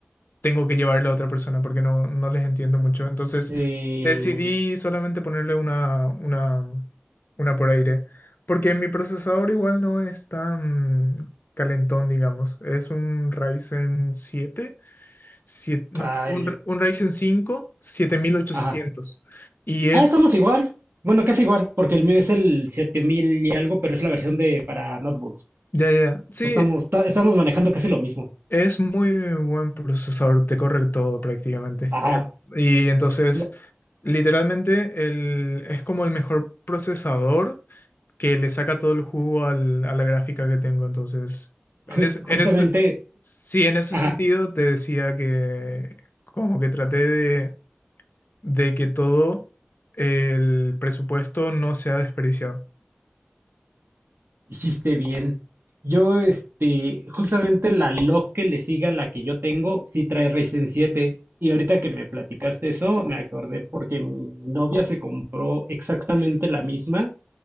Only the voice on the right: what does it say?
sí.
Ay,
ajá.
Ah, estamos igual. Bueno, casi igual, porque el mío es el 7000 y algo, pero es la versión de para notebooks.
Estamos, ta- estamos manejando casi lo mismo.
Ajá.
La-
ju-
justamente,
ajá,
hiciste bien. Yo, este, justamente la log que le siga a la que yo tengo, sí trae Ryzen siete. Y ahorita que me platicaste eso, me acordé porque mi novia se compró exactamente la misma,